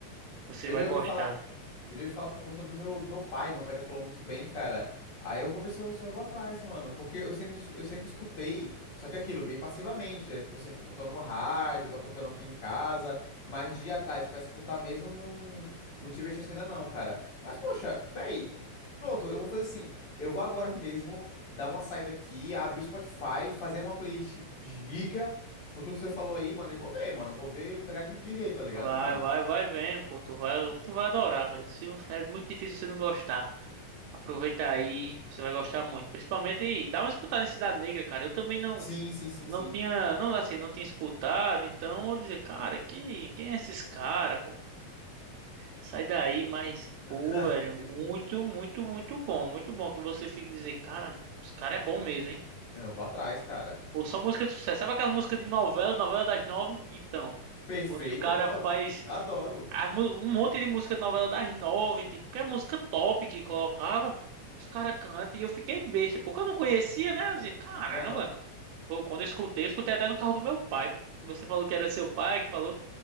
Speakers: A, on the right; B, on the left.
A: você
B: Eu
A: vai
B: já
A: gostar.
B: ouvi falar. Eu já ia falar por conta do meu, do meu pai. Meu pai já falou muito bem, cara. Aí eu vou ver se eu, se eu vou atrás, mano. Porque eu sempre, eu sempre escutei, só que aquilo, bem passivamente. É, tipo assim, tá tocando no rádio, tá tocando aqui em casa. Mas de ir atrás pra escutar mesmo, não, não tive a chance ainda não, cara. Mas, poxa, véi, pronto, eu vou fazer assim. Eu vou agora <laughs> mesmo dar uma saída aqui, abrir o Spotify, fazer uma playlist giga com tudo que você falou aí, mano. E vou ver, mano. Vou ver, pegar de, de jeito, tá ligado,
A: Vai,
B: mano?
A: vai, vai vendo, pô, tu vai, tu vai adorar, velho. Se você, é muito difícil você não gostar. Aproveita aí, você vai gostar muito. Principalmente, dá uma escutada em Cidade Negra, cara. Eu também não
B: Sim, sim, sim,
A: não
B: sim.
A: tinha, não assim, não tinha escutado, então eu dizer, cara, que, quem é esses cara, pô? Sai daí, mas
B: <laughs>
A: pô, velho, muito, muito, muito bom, muito bom que você fique dizer, cara, os cara é bom mesmo, hein?
B: Eu vou atrás, cara.
A: Pô, só música de sucesso. Sabe aquela música de novela, novela das nove? Então,
B: Perfeito,
A: os cara
B: bro.
A: faz
B: Eu adoro.
A: a mu- um monte de música de novela das nove, tipo, que é música top que colocava, os cara cantam e eu fiquei besta, porque eu não conhecia, né? Eu dizia, caramba,
B: Aham.
A: Pô, quando eu escutei, eu escutei até no carro do meu pai. Você falou que era seu pai que falou,